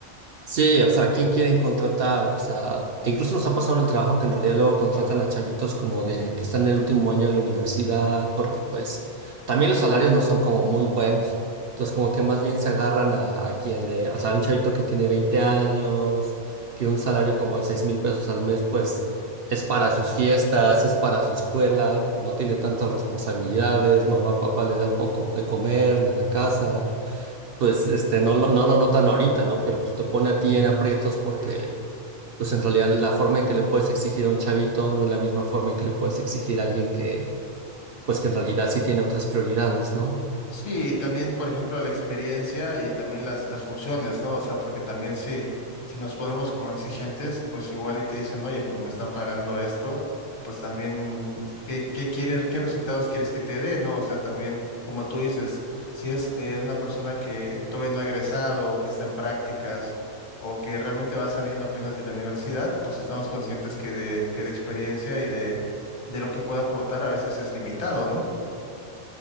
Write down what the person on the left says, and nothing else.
Sí, y también, por ejemplo, la experiencia y también las, las funciones, ¿no? O sea, porque también si, si nos ponemos como exigentes, pues igual y te dicen, oye, pues me están pagando esto, pues también, mm, ¿qué, qué quieres, qué resultados quieres que te dé, ¿no? O sea, también, como tú dices, si es eh, una persona que todavía no ha egresado o que está en prácticas o que realmente va saliendo apenas de la universidad, pues estamos conscientes que de, que de experiencia y de, de lo que puede aportar a veces es limitado, ¿no?